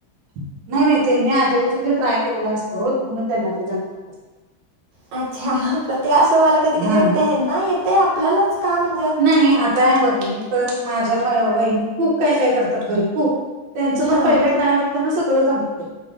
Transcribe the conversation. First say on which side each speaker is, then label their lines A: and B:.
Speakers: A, on the right; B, on the right.
A: नाही -नाही त्यांनी आधीपासून ते, ट्राय केलेला असतो ओ म्हणून त्यांना ते जमतं.
B: अच्छा, पण ते असं मला कधी, कधी
A: हा
B: वाटतं ना त्याना येतयं आपल्यालाच का म्हण
A: नाही, आता आहे बघा, मी पण माझ्या वाहिनी, खूप काय- काय करतात घरी खूप. त्याचे
B: हां
A: पण, पहिला ट्रयला असताना सगळ जमतेय,